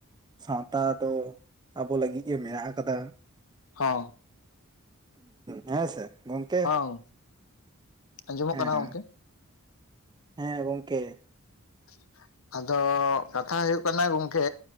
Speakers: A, on the right; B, on the left.
A: ᱥᱟᱶᱛᱟ ᱫᱚ ᱟᱵᱚ ᱞᱟᱹᱜᱤᱫ ᱜᱮ ᱢᱮᱱᱟᱜ ᱟᱠᱟᱫᱟ᱾
B: ᱦᱚ᱾
A: ᱦᱮᱸ ᱥᱮ ᱜᱚᱝᱠᱮ?
B: ᱦᱚᱸ ᱟᱸᱡᱚᱢᱚᱜ
A: ᱦᱮᱸ
B: ᱠᱟᱱᱟ ᱜᱚᱝᱠᱮ?
A: ᱦᱮᱸ ᱜᱚᱝᱠᱮ᱾
B: <inaudible> ᱟᱫᱚ ᱠᱟᱛᱷᱟ ᱦᱩᱭᱩᱜ ᱠᱟᱱᱟ ᱜᱚᱝᱠᱮ